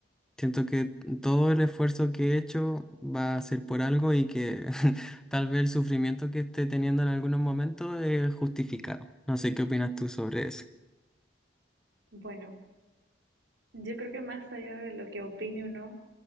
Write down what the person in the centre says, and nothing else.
Siento que todo el esfuerzo que he hecho va a ser por algo y que <laughs> tal vez el sufrimiento que esté teniendo en algunos momentos es justificado. No sé qué opinas tú sobre eso.